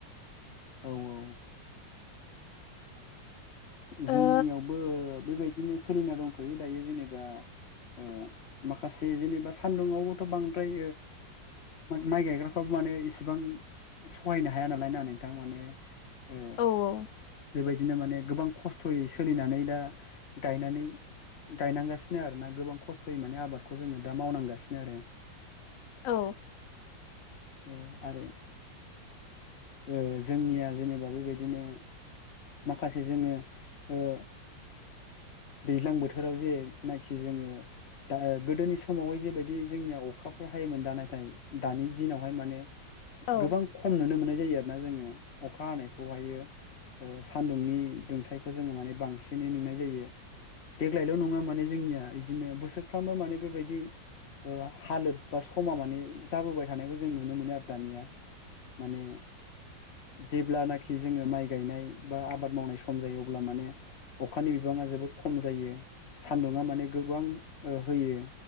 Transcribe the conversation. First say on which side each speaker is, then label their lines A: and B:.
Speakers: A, on the left; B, on the left.
A: औ औ जोंनियावबो
B: ओ
A: बेबायदिनो सोलिना दंथ'यो दायो जेनेबा ओ माखासे जेनेबा सान्दुंआवबोथ' बांद्राय माइ गायग्रा थाब माने इसेबां सहायनो हाया नालाय ना नोंथां माने ओ
B: औ औ।
A: बेबायदिनो माने गोबां खस्थ'यै सोलिनानै दा गायनानै गायनांगासिनो आरोना गोबां खस्थ'यै माने आबादखौ जोङो दा मावनांगासिनो आरो।
B: औ
A: <inaudible> औ आरो ओ जोंनिया जेनेबा बेबायदिनो माखासे जोङो ओ दैज्लां बोथोराव जेथोनाखि जोङो दा गोदोनि समावहाय जेबायदि जोंनिया अखाफोर हायोमोन। दा नाथाय दानि दिनावहाय माने
B: औ
A: गोबां खम नुनो मोननाय जायो आरोना। जोङो अखा हानायखौहायो सान्दुंनि दुंथाइखौ जोङो माने बांसिनै नुनाय जायो। देग्लायल' नङा माने जोंनिया बिदिनो बोसोरफ्रामबो माने बेबायदि ओ हालोद बा समा माने जाबोबाय थानायखौ जों नुनो मोनो आरो दानिया। माने जेब्लानोखि जोङो माइ गायनाय बा आबाद मावनाय सम जायो अब्ला माने अखानि बिबाङा जोबोद खम जायो सान्दुङा माने गोबां ओ होयो।